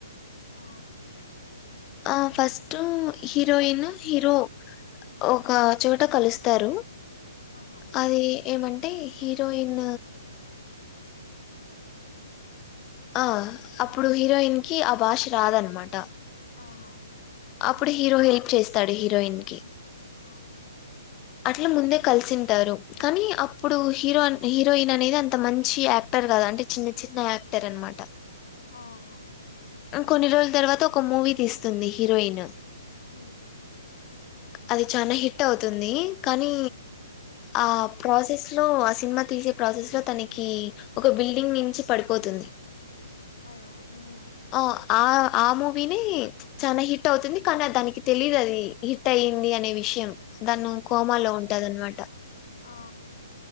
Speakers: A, on the left; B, on the left.
A: ఆ
B: ఆ ఫస్ట్ హీరోయిన్ హీరో ఒక చోట కలుస్తారు
A: ఆహా
B: అది ఏమంటే హీరోయిన్
A: ఉమ్
B: ఆ అప్పుడు హీరోయిన్ కి ఆ భాష రాదనమాట
A: ఆహా
B: అప్పుడు హీరో హెల్ప్ చేస్తాడు హీరోయిన్ కి
A: ఆ
B: అట్లా ముందే కలిసి ఉంటారు కానీ అప్పుడు హీరో హీరోయిన్ అనేది అంత మంచి యాక్టర్ కాదు అంటే చిన్న చిన్న యాక్టర్ అనమాట
A: ఆ అ
B: కొన్ని రోజుల తర్వాత ఒక మూవీ తీస్తుంది హీరోయిన్
A: ఉం
B: అది చనా హిట్ అవుతుంది కానీ ఆ ప్రాసెస్ లో అస్ సినిమా తీసే ప్రాసెస్ లో తనకి ఒక బిల్డింగ్ నుంచి పడిపోతుంది.
A: అయ ఉం
B: ఆ ఆ ఆము వినీ చాన హిట్ హిట్ అవుతుంది కానీ దానికి తెలీదు అది హిట్ అయ్యింది అనే విషయం దాన్నో కోమాలో
A: ఆహా
B: ఉంటది అన్నమాట
A: ఆ